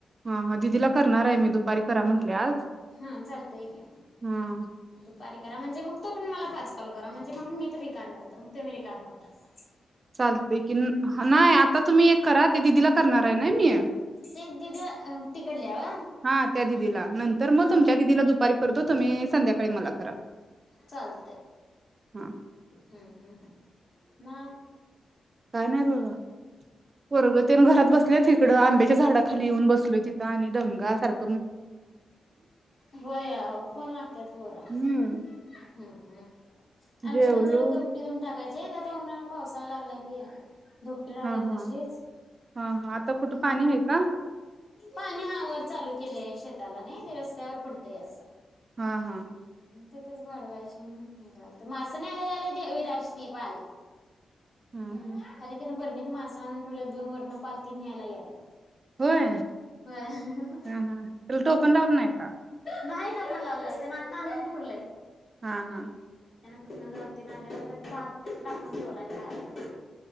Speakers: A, on the right; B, on the left.
A: हा हा दिदीला करणार आहे मी दुपारी करा म्हंटले आज
B: हा चालतंय क्या
A: हा
B: दुपारी करा म्हणजे मग तोपर्यंत मला पाच कॉल करा म्हणजे मग मी तर रिकामी होतय मग तुम्ही रिकामा होत असा
A: चालतय की नाही आता तुम्ही एक करा ते दिदीला करणार आहे ना मी
B: ते दिदी तिकडल्या व्हय
A: हा त्या दिदीला नंतर मग
B: हा
A: तुमच्या
B: हा.
A: दिदीला दुपारी करतो तुम्ही संध्याकाळी मला करा.
B: चालत
A: हा
B: हूं हूं म
A: काय नाही बघा पोरग तेनं घरात बस इकड आंब्याच्या झाडाली येऊन बसलो तिथं आणि दंगा सारख्
B: होय आहो फोन मागत्यात पोर हूं
A: हम्म
B: हूं आमची
A: जेवलो
B: पण जरा धोपटी घेऊन टाकायची तेच आता उन्हाळा पावसाला लागला की, धोपटी राहिल्या
A: हा हा
B: तशीच
A: हा हा आता
B: म्हणु
A: कुठं पाणी आहे का
B: पाणी हा वर चालू केलंय शेताला नाही ते रस्त्यावर पडतय असं
A: हा हा
B: तिथंच वाडवायची म्हणून ही कराल त मास न्यायला यालाय विराज ती पाल
A: हा
B: हूं
A: हा
B: खाली तेन बरणी मासा आणून ठेवला दोन वर्ण पाल ती न्यायला यायला लागले.
A: होय
B: होय.
A: हा हा त्याला टोपण लावलं नाय का?
B: नाही टोपण लावलं त्यान आता आणून ठेवलंय
A: हा हा
B: कुटना दोन तीन आणल त्यात पात तेन टाकून ठेवलाय खायला त्यास्नी